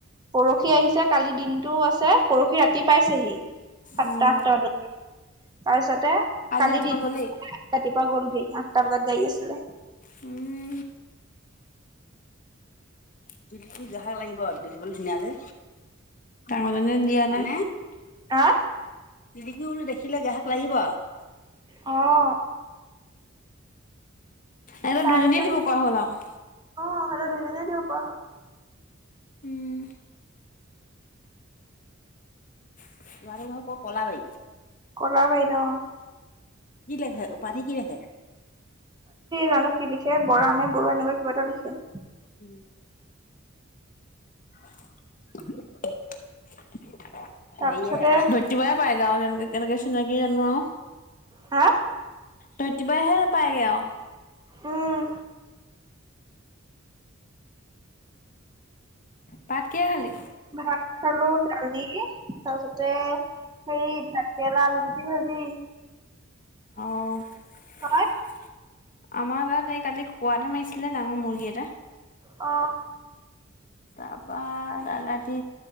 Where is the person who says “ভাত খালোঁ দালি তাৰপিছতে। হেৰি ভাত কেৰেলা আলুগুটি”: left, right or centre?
Right